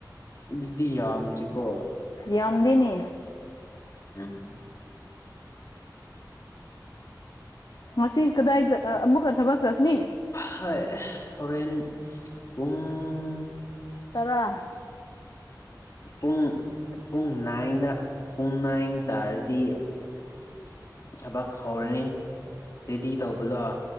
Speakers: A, on the left (about 45°); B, on the left (about 65°).
A: ꯑꯗꯨꯗꯤ ꯌꯥꯝꯗ꯭ꯔꯤꯀꯣ
B: ꯌꯥꯝꯗꯦꯅꯦ꯫
A: ꯅꯪ
B: ꯃꯁꯤ ꯀꯗꯥꯏꯗ ꯑꯃꯨꯛꯀ ꯊꯕꯛ ꯆꯠꯁꯤꯅꯤ
A: ꯍꯣꯏ ꯍꯣꯔꯦꯟ ꯄꯨꯡ
B: ꯇꯔꯥ
A: ꯄꯨꯡ ꯄꯨꯡ ꯅꯥꯏꯟꯗ ꯄꯨꯡ ꯅꯥꯏꯟ ꯇꯥꯔꯗꯤ ꯊꯕꯛ ꯍꯧꯔꯅꯤ ꯔꯦꯗꯤ ꯇꯧꯕꯗꯣ